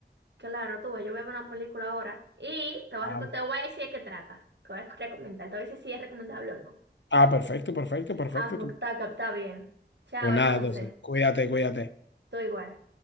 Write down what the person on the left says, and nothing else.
Claro.
Ah, perfecto, perfecto, perfecto.
tú-
Pues
nada, entonces, cuídate, cuídate.